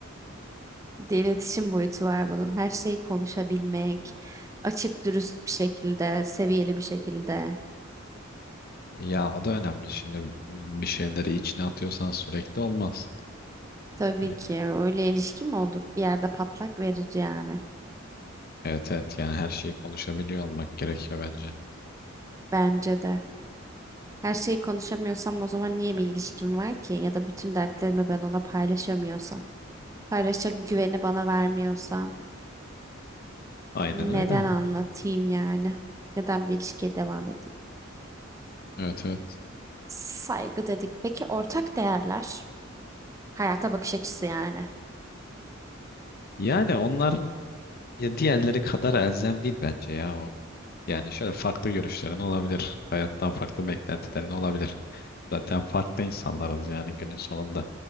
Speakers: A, on the right (about 15°); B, on the left (about 50°).
A: Bir de iletişim boyutu var bunun. Her şeyi konuşabilmek, açık dürüst bir şekilde, seviyeli bir şekilde.
B: E, Ya o da önemli. Şimdi bir şeyleri içine atıyorsan sürekli olmaz.
A: Tabii
B: E,
A: ki öyle ilişki mi olur? Bir yerde patlak verici yani.
B: Evet evet yani her şeyi konuşabiliyor olmak gerekiyor bence.
A: Bence de. Her şeyi konuşamıyorsam o zaman niye bir ilişkim var ki? Ya da bütün dertlerimi ben ona paylaşamıyorsam, paylaşacak güveni bana vermiyorsa,
B: Aynen
A: neden
B: öyle.
A: anlatayım yani? Neden bir ilişkiye devam edeyim?
B: Evet evet.
A: Saygı dedik. Peki ortak değerler, hayata bakış açısı yani.
B: Yani onlar ya diğerleri kadar elzem değil bence ya o. Yani şöyle farklı görüşlerin olabilir. Hayattan farklı beklentilerin olabilir. Zaten farklı insanlarız yani günün sonunda.